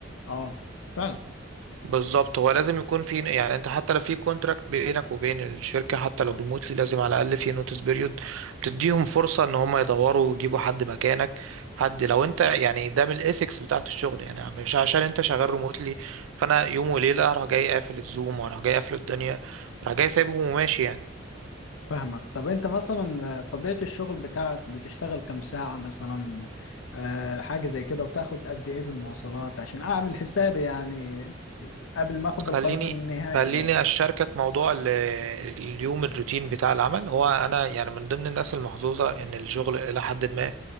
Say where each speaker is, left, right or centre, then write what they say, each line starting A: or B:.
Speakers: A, on the left; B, on the right.
A: اه فعلا
B: بالظبط هو لازم يكون في يعني انت حتى لو في كونتراكت بينك وبين الشركه حتى لو ريموتلي لازم على الاقل في نوتس بيريود بتديهم فرصه ان هم يدوروا ويجيبوا حد مكانك حد لو انت يعني ده من الاسكس بتاعت الشغل يعني مش عشان انت شغال ريموتلي فانا يوم وليله اروح جاي قافل الزوم واروح جاي قافل الدنيا اروح جاي سايبهم وماشي يعني
A: فاهمك طب انت مثلا طبيعه الشغل بتاعك بتشتغل كام ساعه مثلا آه حاجه زي كده وبتاخد قد ايه في المواصلات عشان اعمل حسابي يعني قبل ما اخد
B: خليني
A: القرار النهائي
B: خليني
A: يعني
B: اشاركك موضوع ال- اليوم الروتين بتاع العمل هو انا يعني من ضمن الناس المحظوظه ان الشغل الى حد ما